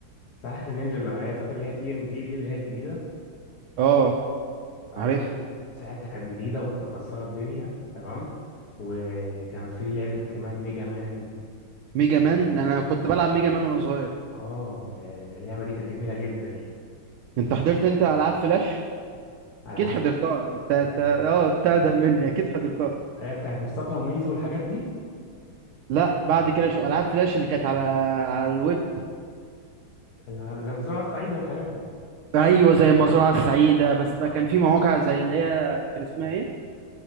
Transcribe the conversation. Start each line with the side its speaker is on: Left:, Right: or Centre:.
Left: سلاحف النينجا اللي هي فاكر اللي هي تي ان تي دي اللي هي الجديده
Right: اه
Left: اه
Right: عارف
Left: دي دي ساعتها كانت جديدة وكانت مكسرة الدنيا تمام وكان في لعبة كمان ميجا مان
Right: ميجا مان انا كنت بلعب ميجا مان وانا صغير
Left: اه يعني اللعبة دي كانت جميلة جدا يعني الفترة
Right: انت حضرت انت العاب فلاش
Left: على
Right: اكيد
Left: عكس
Right: حضرتها انت انت اه انت اقدم مني اكيد حضرتها
Left: هي بتاعت مصطفى وميزو والحاجات دي
Right: لا بعد كده شو العاب فلاش اللي كانت على على الويب
Left: اللي على- زي مسرح الصعيدة والحاجات دي
Right: ايوه زي المزرعه السعيده بس
Left: اه
Right: بقى كان في مواقع زي اللي هي كان اسمها ايه